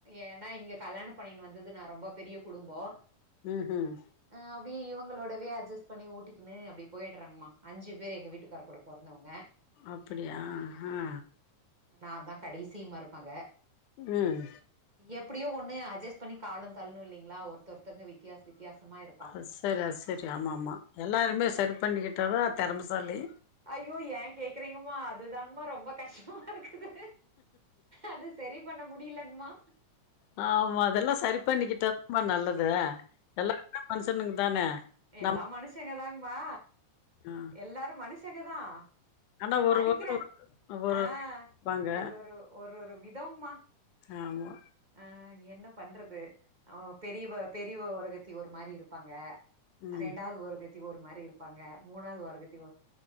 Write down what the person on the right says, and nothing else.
ஏன்னா இங்க கல்யாண பண்ணினு வந்தது நான் ரொம்ப பெரிய குடும்போ
அ அப்டியே இவங்களோடவே அட்ஜஸ்ட் பண்ணி ஓட்டிக்கக்குன்னு அப்டி போயிடுறாங்கம்மா அஞ்சு பேர் எங்க வீட்டுக்கார் கூட பொறந்தவங்க
நான் தான் கடைசி மருமக
எப்டியோ ஒண்ணு அட்ஜஸ்ட் பண்ணி காலம் தள்ளணும் இல்லைங்களா ஒருத்த ஒருத்தவங்க வித்தியாச வித்தியாசமா இருக்
அய்யோ ஏன் கேக்குறீங்கமா அதுதாங்கமா ரொம்ப கஷ்டமா இருக்குது அது சரி பண்ண முடியலங்மா
எல்லா
மனுஷங்கதாங்மா
எல்லாரும் மனுஷங்க தான்
நடிக்கிறேன்
ஆ
ஒரு ஒரு ஒரு ஒரு விதங்மா
அ என்ன பண்றது அ பெரியவ பெரியவ ஓரகத்தி ஒரு மாரி இருப்பாங்க
ரெண்டாவது ஓரகத்தி ஒரு மாரி இருப்பாங்க மூணாவது ஓரகத்தி ஒரு